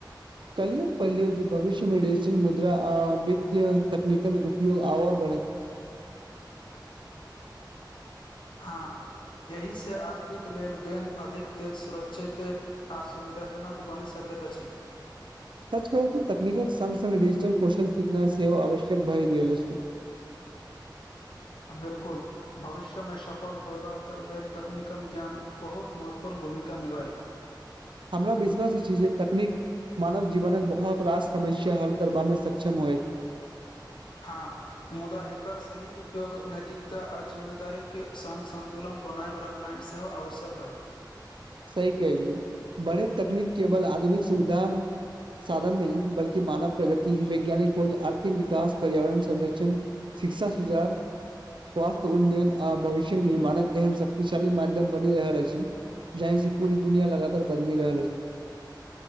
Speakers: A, on the right; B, on the left.
A: कल्हि हम पढलियो जे भविष्य मे डिजिटल मुद्रा आ वित्तय तकनीकन उपयोग आओर बढ़त
B: हँ एहिसँ आर्थिक लेल देन अधिक तेज सुरक्षित आ सुविधाजनक बनि सकैत अछि।
A: सच कहू तऽ तकनीकक संग संग डिजिटल कौशल सिखनाइ सेहो आवश्यक भए गेल अछि।
B: बिल्कुल भविष्य मे सफल होयबाक लेल तकनीकन ज्ञान बहुत महत्वपूर्ण भूमिका निभाय
A: हमरा विश्वास अछि जे तकनीक मानव जीवनमे बहुत रास समस्या हल करबामे सक्षम होएत
B: हाँ मुदा एकर सही उपयोग नैैतिकता आ जिम्मेदारी के संग संन्तुलन बनाएब रख नाइम सेहो आवश्यक रहत
A: सही कहलिए बड़े तकनीक केवल आधुनिक सुविधा साधन नहि बल्कि मानव प्रगति वैज्ञानिक खोज आर्थिक विकास पर्यावरण संरक्षण शिक्षा सूजार स्वास्थ्य उन्नयन आ भविष्य्यक निर्माणक एहन शक्तिशाली माध्यम बनि रहल अछि जहिसेँ पूरी दुनिया लगातार बदलि रहल अछि